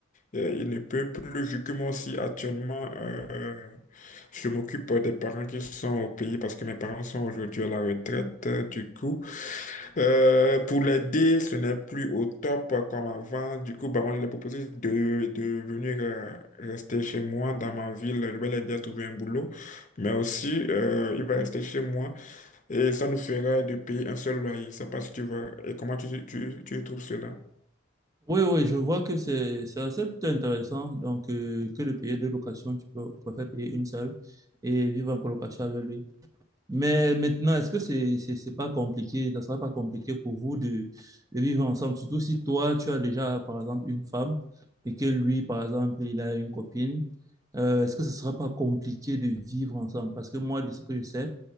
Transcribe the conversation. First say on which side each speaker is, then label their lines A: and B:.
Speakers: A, on the left; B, on the right.
A: euh, il ne peut plus, vu que moi aussi actuellement, euh, je m'occupe des parents qui sont au pays parce que mes parents sont aujourd'hui à la retraite. euh, Du coup, euh, pour l'aider, ce n'est plus au top comme avant. Du coup, bah, moi, je lui ai proposé de, de venir euh, rester chez moi dans ma ville. Je vais l'aider à trouver un boulot. Mais aussi, euh, il va rester chez moi et ça nous fera de payer un seul loyer. Ça passe tu vois. Et comment tu, tu, tu trouves cela?
B: Oui, oui, je vois que c'est c'est assez plutôt intéressant. Donc, euh, que de payer deux locations, tu peux, préfères payer une seule et vivre en colocation avec lui. Mais maintenant, est-ce que c'est c'est c'est pas compliqué? Ça sera pas compliqué pour vous de, de vivre ensemble, surtout si toi, tu as déjà, par exemple, une femme et que lui, par exemple, il a une copine. Euh, est-ce que ce sera pas compliqué de vivre ensemble? Parce que moi, de ce que je sais,